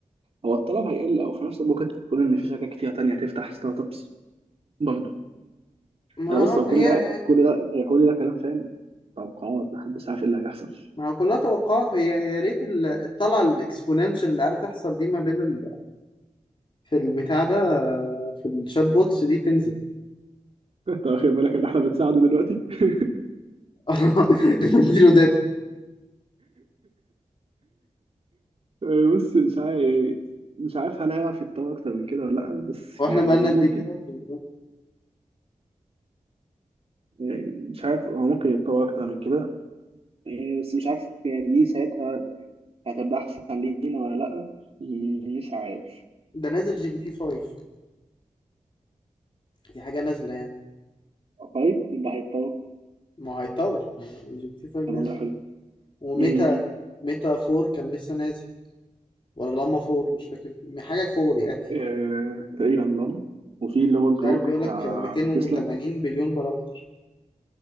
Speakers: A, on the right; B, on the left.
A: هو الطلب هيقل او في نفس الوقت ممكن تقول ان في شركات كتير تانية هتفتح ستارت ابس برضه
B: ما
A: انا بص هو
B: ما
A: كل
B: هي
A: ده كل ده هي كل ده كلام فاهم توقعات محدش عارف ايه اللي هيحصل
B: ما هو كلها توقعات هي يا ريت ال- الطلعه الاكسبوننشال اللي قاعده تحصل دي ما بين ال... في البتاع ده آه، في الشات بوتس دي تنزل
A: <laughs> انت واخد بالك ان احنا بنساعده دلوقتي <laughs>
B: <laughs> اديله داتا
A: آه، بص مش عارف مش عارف هل هيعرف يتطور اكتر من كده ولا لا بس
B: واحنا
A: يعني
B: بقالنا قد
A: ممكن
B: ايه كده في ال-
A: آه، مش عارف هو ممكن يتطور اكتر من كده آه، بس مش عارف يعني دي ساعتها هتبقى احسن لينا ولا لا م- مش عارف
B: ده نازل جي بي تي 5 دي حاجه نازله يعني
A: طيب يبقى هيتطور
B: ما هو هيطور ما هو جي بي تي 5
A: طب والله
B: نازل
A: حلو
B: وميتا
A: امم
B: ميتا 4 كان لسه نازل ولا لاما فور مش فاكر يعني حاجة فور يعني
A: آه، تقريبا لانو وفي اللي هو الجروك
B: مش عارف بيقول
A: بتاع
B: لك 280
A: تسلا
B: بليون بارامتر